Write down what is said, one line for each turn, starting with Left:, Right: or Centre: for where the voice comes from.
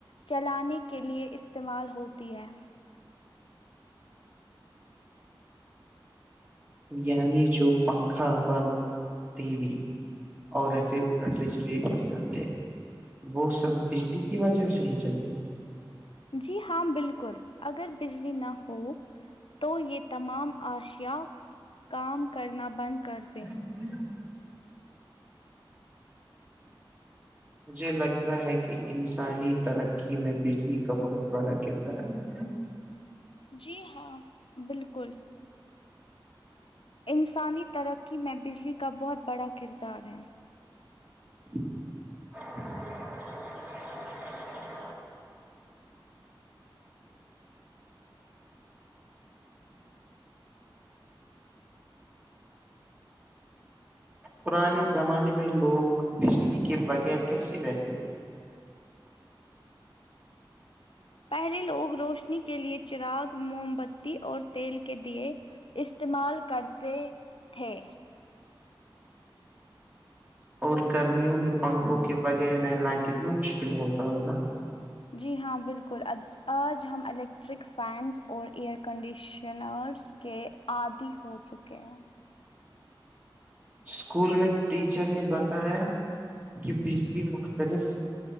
Left: چلانے کے لیے استعمال ہوتی ہے
Right: یعنی جو پنکھا بلب ٹی وی اور ریفریجریٹر چلتے ہیں وہ سب بجلی کی وجہ سے ہی چلتے ہیں
Left: جی ہاں بالکل اگر بجلی نہ ہو تو یہ تمام اشیا کام کرنا بند کر د
Right: <unintelligible> مجھے لگتا ہے کہ انسانی ترقی میں بجلی کا بہت بڑا کردار ہے
Left: جی ہاں بالکل انسانی ترقی میں بجلی کا بہت بڑا کردار ہے
Right: <inaudible> پرانے زمانے میں لوگ بجلی کے بغیر کیسے رہتے
Left: پہلے لوگ روشنی کے لیے چراغ موم بتی اور تیل کے لیئے استعمال کرتے تھے
Right: اور گرمیوں میں پنکھوں کے بغیر رہنا کتنا مشکل ہوتا ہوگا
Left: جی ہاں بالکل ا آج ہم الیکٹرک فینس اور ایئر کنڈیشنرس کے آدی ہو چکے ہیں
Right: اسکول میں ٹیچر نے بتایا کہ بجلی مختلف